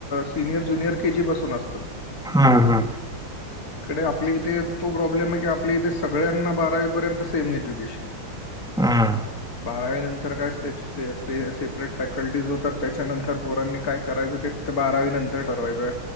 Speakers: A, on the left; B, in the centre.
A: senior junior KG पासून पुण असता.
B: हा हा.
A: इकडे आपल्या इथे तो प्रॉब्लेम आय की आपल्या इथे सगळ्यांना बारावी पर्यंत सेम एज्युकेशन. <inaudible>
B: आ.
A: बारावी नंतर काय स्टेप्स सेफ- सेपरेट फॅकल्टीज होतात. त्याच्यानंतर पोरांनी काय करायचं ते ते बारावी नंतर ठरवायचं.